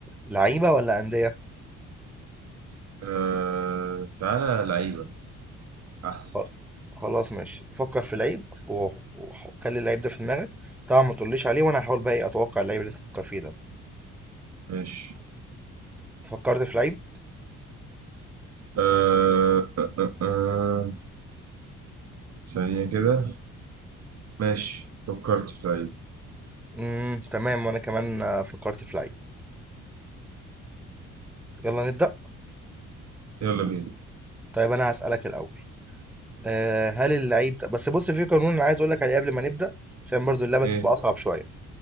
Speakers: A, in the centre; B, on the right.
A: لعيبة ولا أندية
B: آه... تعالى لعيبه احسن
A: خ- خلاص ماشي فكر في لعيب و- وخلي اللعيب ده في دماغك طبعا ما تقوليش عليه وانا هحاول بقى إيه اتوقع اللعيب اللي انت تفكر فيه ده
B: ماشي
A: فكرت في لعيب
B: آه... آه... آه... آه. ثانيه كده ماشي فكرت في لعيب
A: امم تمام وانا كمان آه، فكرت في لعيب يلا نبدأ
B: يلا بينا
A: طيب انا هسألك الاول أه هل اللعيب ده بس بص في قانون انا عايز اقول لك عليه قبل ما نبدأ عشان برضو اللعبة
B: ايه
A: تبقى اصعب شوية